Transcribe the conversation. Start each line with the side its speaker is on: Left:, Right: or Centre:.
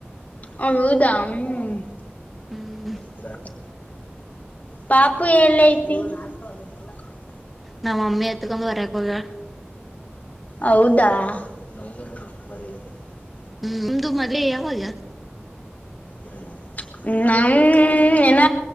Left: ಹೌದಾ, ಹ್ಮ.
Centre: ಹ್ಮ್
Left: <unintelligible> ಪಾಪು, ಎಲ್ಲಿ ಐತಿ? <unintelligible>
Centre: ನಮ್ಮ, ಮಮ್ಮಿ ಎತ್ಕೊಂದು ಬಾರಾಕಿ, ಹೋಗುವಾಲೇ? <unintelligible>
Left: ಹೌದಾ, ನಮ್ಗೆ ಮಾಡು, ಬರೋಕೆ. <unintelligible>
Centre: ಹ್ಮ್ಮ್, ನಿಮ್ದು ಮದುವೆ ಯಾವಾಗ? <unintelligible>
Left: ಹ್ಮ್ಮ್, ನಮ್, ಇನ್ನ,